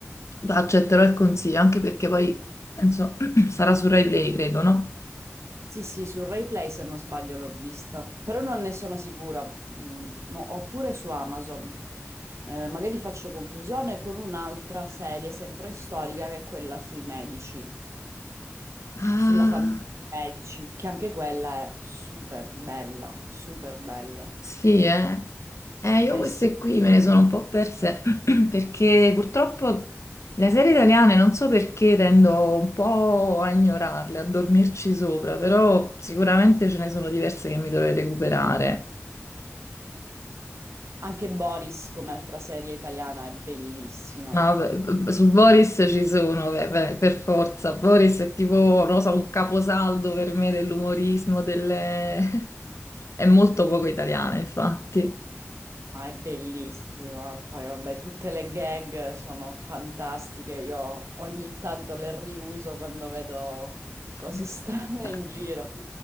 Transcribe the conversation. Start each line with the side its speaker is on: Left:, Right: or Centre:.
Left: accetterò il consiglio, anche perché poi penso <clears throat> sarà su Rai Play, credo, no?
Right: Sì, sì, su Rayplay se non sbaglio l'ho vista, però non ne sono sicura, Mm, no, oppure su Amazon. Eh, magari faccio confusione con un'altra serie sempre storica che è quella sui medici.
Left: Ah.
Right: sulla famiglia dei medici, che anche quella è super bella, super bella.
Left: Sì, eh. Eh, io
Right: Eh,
Left: queste
Right: eh sì.
Left: qui me ne sono un po' perse <clears throat> perché purtroppo le serie italiane non so perché tendo un po' a ignorarle, a dormirci sopra, però sicuramente ce ne sono diverse che mi dovrei recuperare.
Right: Anche Boris, come altra serie italiana, è bellissima.
Left: No, vabbè, su Boris ci sono, beh, beh, per forza. Boris è tipo, non lo so, un caposaldo per me dell'umorismo, delle... <laughs> è molto poco italiana, infatti.
Right: Ma è bellissima. Poi, vabbè, tutte le gag sono fantastiche. Io ogni tanto le riuso quando vedo
Left: <laughs>
Right: cose <laughs> strane in giro.